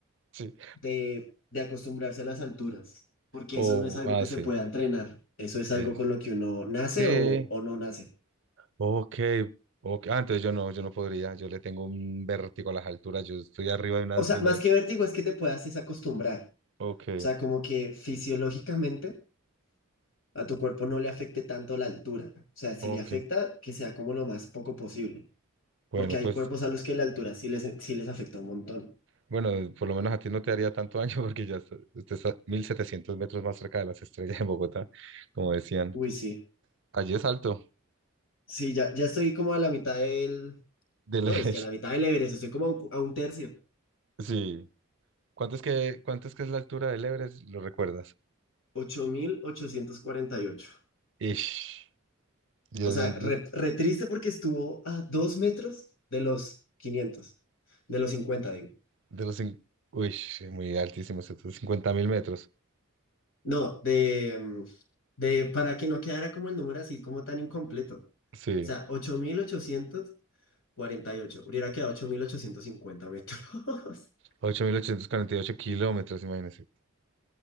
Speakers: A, on the right; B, on the left.
A: Sí.
B: de, de acostumbrarse a las alturas, porque
A: O,
B: eso no es algo
A: ah,
B: que
A: sí.
B: se pueda entrenar, eso es
A: Es-
B: algo con lo que uno nace
A: sí.
B: o, o no nace.
A: Ok. ok. Ah, entonces yo no, yo no podría. Yo le tengo un vértigo a las alturas. Yo estoy arriba de una,
B: O sea,
A: de una.
B: más que vértigo es que te puedas desacostumbrar,
A: Ok,
B: o sea, como que fisiológicamente a tu cuerpo no le afecte tanto la altura, o sea, si
A: ok.
B: le afecta, que sea como lo más poco posible,
A: Bueno,
B: porque hay
A: pues,
B: cuerpos a los que la altura sí les, sí les afecta un montón.
A: bueno, por lo menos a ti no te haría tanto daño <laughs> porque ya está- usted está 1700 metros más cerca de las estrellas en Bogotá, como decían.
B: Uy, sí.
A: Allí es alto,
B: Sí, ya, ya estoy como a la mitad del...
A: del
B: No,
A: Everest.
B: es que a la mitad
A: <laughs>
B: del Everest, estoy como a un, cu- a un tercio.
A: Sí. ¿Cuánto es que, cuánto es que es la altura del Everest? ¿Lo recuerdas?
B: ocho mil ochocientos cuarenta y ocho,
A: Ish. Dios
B: O sea,
A: mío.
B: re, re triste porque estuvo a dos metros de los quinientos de los cincuenta digo.
A: De los... cin- Uy, sí, muy altísimo, cincuenta mil metros.
B: No, de, mm, de para que no quedara como el número así, como tan incompleto. O
A: Sí,
B: sea, ocho mil ochocientos cuarenta y ocho Hubiera quedado 8.850 metros. <laughs>
A: 8.848 kilómetros, imagínense.